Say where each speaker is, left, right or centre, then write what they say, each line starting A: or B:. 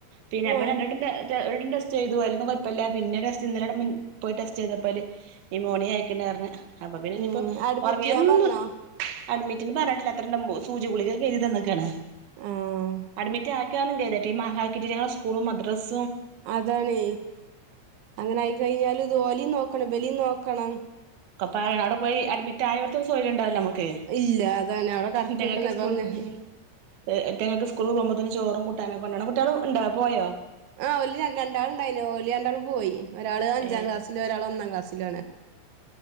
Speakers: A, on the right; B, on the right.
A: പിന്നെ അപ്പൊരണ്ടട്ടം
B: ആഹ്
A: ഒരുവട്ടം ടെസ്റ്റ് ചെയ്തു അതിലൊന്നും കുഴപ്പല്ല പിന്നെ ടെസ്റ്റ് ഇന്നലെ മിൻ പോയി ടെസ്റ്റ് ചെയ്തു അപ്പൊ അയില് നിമോണിയ ആയിക്ക്ണ് പറഞ്ഞു അപ്പം പിന്നെ ഇനിയിപ്പം
B: ഉം അഡ്മിറ്റ്
A: ഒറങ്ങിയ
B: ചെയ്യാൻ
A: എന്നും
B: പറഞ്ഞോ
A: അഡ്മിറ്റ്ന്ന് പറഞ്ഞിട്ടില്ല <unintelligible> സൂജി കുളികക്കെ എഴുതി തന്നക്കാണ്
B: ആഹ്
A: അഡ്മിറ്റ് ആ <unintelligible> സ്കൂളും മദ്രസ്
B: അതാണ് അങ്ങനായി കഴിഞ്ഞാല് ജോലിയും നോ ഇവനെയും നോക്കണം
A: പാലാനാട് പോയി അഡ്മിറ്റായട്ത്തും സൊയ്ര്യം ഉണ്ടാവൂല നമുക്ക്
B: ഇല്ല അതാണ് അവിടെ
A: <unintelligible>
B: കെടക്കണ്ടെന്ന്
A: സ്കൂൾ
B: അപ്പ അങ്ങനെ
A: <unintelligible> ഏ എറ്റങ്ങൾക്ക് സ്കൂളിൽ പോവുമ്പത്തന്നെ ചോറും കൂട്ടാനും ഒക്കെ കൊണ്ടോണം കുട്യള് ഉണ്ടാ പോയോ
B: ആഹ് ഓല് രൺ രണ്ടാളും ഉണ്ടായീനു രണ്ടാളും പോയി ഒരാള് അഞ്ചാം
A: ഏഹ്
B: ക്ലാസ്സിലും ഒരാള് ഒന്നാം ക്ലാസ്സിലും ആണ്